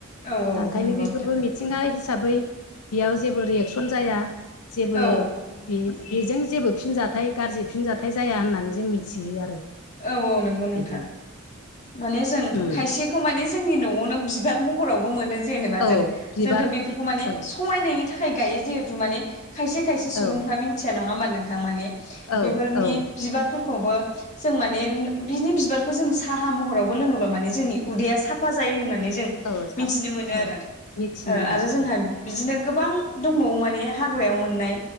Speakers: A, on the left; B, on the left.
A: औ औ
B: दा ओंखायनो
A: नंगौ
B: बेफोरबो
A: नोंथां
B: मिथिंगा हिसाबै बेयाव जेबो रियेकसन जाया जेबो
A: औ
B: बे बेजों जेबो फिनजाथाइ गाज्रि फिनजाथाइ जाया होननानै जों मिथियो आरो
A: औ औ नंगौ
B: बिदि
A: नोंथां माने जों
B: उम
A: खायसेखौ माने जोंनि न'आवनो बिबार महरावबो मोनो जेनेबा
B: औ
A: जों
B: बिबार
A: जोंथ बेफोरखौ माने
B: औ
A: समायनायनि थाखाय गायो जेहेतु माने खायसे खायसे सुबुंफ्रा
B: औ
A: मिथिया नङा होमबा नोंथां माने
B: औ
A: बेफोरनि
B: औ
A: बिबारफोरखौबो जों माने बिनि बिबारखौ जों साहा महरावबो लोङोबा माने जोंनि उदैया साफा जायो होननानै जों
B: औ साब
A: मिथिनो मोनो
B: ओ
A: आरो
B: मिथिनो मोनो
A: आरो जोंहा
B: औ
A: बिदिनो गोबां दंबावो माने हाग्रायाव मोननाय